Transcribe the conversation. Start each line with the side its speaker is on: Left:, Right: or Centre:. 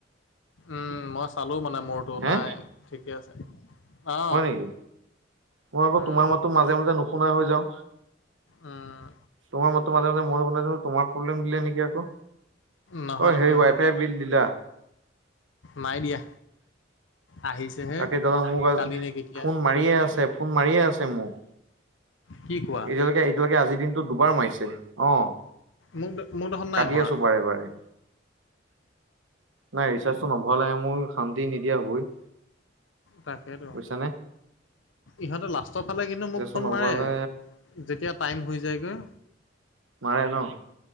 Left: উম' মই চালো মানে মোৰটো
Right: হে
Left: নাই ঠিকে আছে। অঁ
Right: হয় নেকি মই আকৌ
Left: উম
Right: তোমাৰ মাতটো মাজে মাজে নুশুনা হৈ যাও।
Left: উম
Right: তোমাৰ মাতটো মাজে মাজে মই নুশুনিছো তোমাৰ প্ৰব্লেম দিলে নেকি আকৌ।
Left: নহয়
Right: অ'
Left: নহয়
Right: হেৰি ৱাইফাই বিল দিলা।
Left: নাই দিয়া। আহিছেহে
Right: তাকেই দাদা মোক আজি
Left: কালি নে কেতিয়া
Right: ফোন মাৰিয়ে আছে। ফোন মাৰিয়ে আছে মোক।
Left: কি কোৱা
Right: এতিয়ালৈকে এতিয়ালৈকে আজিৰ দিনটো দুবাৰ মাৰিছে অ'।
Left: মোক মোক দেখোন নাই
Right: কাটি
Left: মৰা
Right: আছো বাৰে বাৰে। নাই ৰিচাৰ্জটো নভৰালে মোৰ শান্তি নিদিয়া হ'বই।
Left: তাকেইেতো
Right: বুজিছানে
Left: ইহঁতে লাষ্টৰ ফালে কিন্তু
Right: ৰিচাৰ্জটো
Left: মোক ফোন
Right: নভৰালে
Left: মাৰে। যেতিয়া টাইম হৈ যায়গৈ।
Right: মাৰে ন